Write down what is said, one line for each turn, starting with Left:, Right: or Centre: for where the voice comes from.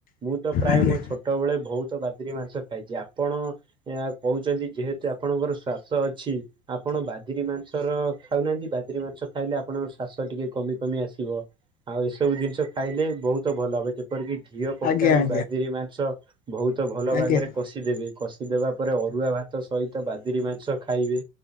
Right: ମୁଁ ତ ପ୍ରାୟ
Left: ଆଜ୍ଞା
Right: ମୋ ଛୋଟବେେଳେ ବହୁତ ବାଦିରି ମାଂସ ଖାଇଚି, ଆପଣ ଏହା କହୁଛନ୍ତି ଯେହେତୁ ଆପଣଙ୍କର ଶ୍ଵାସ ଅଛି ଆପଣ ବାଦିରି ମାଂସର ଖାଉନାହାନ୍ତି ବାଦିରି ମାଂ ସ ଖାଇଲେ ଆପଣଙ୍କର ଶ୍ୱାସ ଟିକେ କମି କମି ଆସିବ ଆଉ ଏସବୁ ଜିନିଷ ଖାଇଲେ ବହୁତ ଭଲ ହବ ଏ ଯେମ କରିକି ଘିଅ
Left: ଆଜ୍ଞା
Right: ପକାଇ
Left: ଆଜ୍ଞା
Right: ବାଦିରି ମାଂସ ବହୁତ ଭଲ
Left: ଆଜ୍ଞା ଆଜ୍ଞା
Right: ବାଗେରେ କଷିଦେବେ। କଷିଦବା ପରେ ଅରୁଆ ଭାତ ସହିତ ବାଦିରି ମାଂସ ଖାଇବେ।